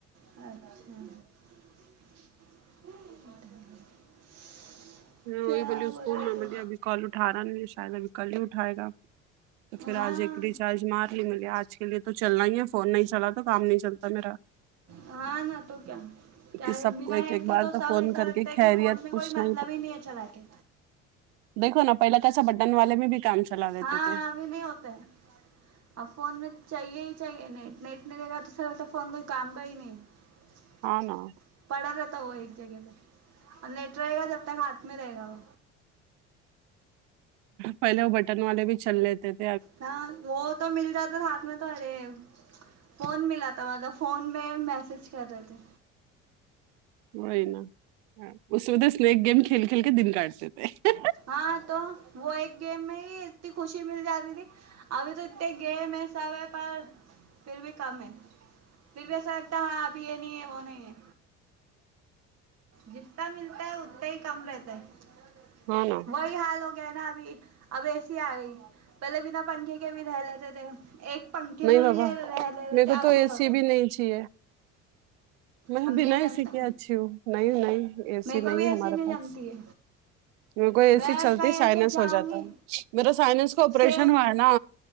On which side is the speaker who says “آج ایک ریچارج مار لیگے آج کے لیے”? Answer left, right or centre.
Right